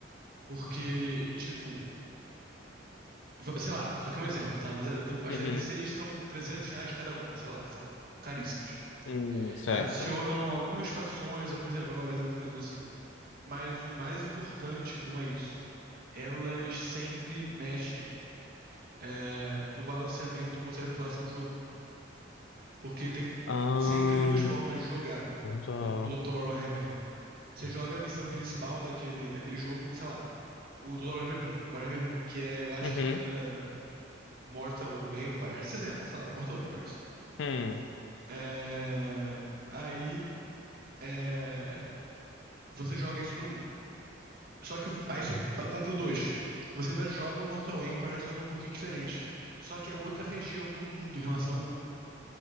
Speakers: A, on the right (about 50°); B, on the left (about 70°).
A: Porque, tipo, va- sei lá, isso aqui é um exemplo, tá? Mas é- as
B: uhum,
A: DLCs são 300 reais cada uma, sei lá, são caríssimas.
B: uhum, certo.
A: Adicionam algumas facções, alguns heróis, algumas coisas assim. Mas o mais importante não é isso. Elas sempre mexem, é, no balanceamento quando sai o próximo jogo. Porque tem
B: Ah,
A: sempre duas formas de jogar
B: tá.
A: no Total Warhammer. Você joga a missão principal daquele, daquele jogo, sei lá, o Total Warhammer 1, Warhammer 1, que é, eu acho
B: Uhum,
A: que era Mortal Empires, esse exemplo, sei lá, Mortal Empires.
B: hum,
A: É, Aí é, você joga isso no um. Só que aí você compra o dois Você ainda joga o Mortal Empire, só que é um pouquinho diferente. Só que é outra região do mundo em relação ao um